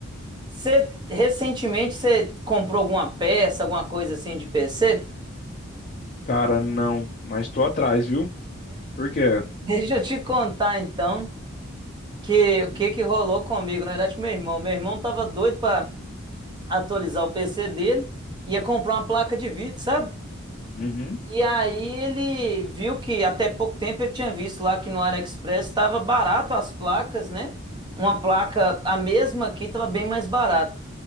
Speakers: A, on the right; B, on the left.
A: Você recentemente você comprou alguma peça, alguma coisa assim de PC?
B: Cara, não, mas tô atrás, viu? Por quê?
A: Deixa eu te contar então que o que que rolou comigo, na verdade com meu irmão. Meu irmão tava doido pra atualizar o PC dele, ia comprar uma placa de vídeo, sabe?
B: Uhum.
A: E aí ele viu que até pouco tempo ele tinha visto lá que no AliExpress estava barato as placas, né? Uma placa, a mesma aqui, estava bem mais barata.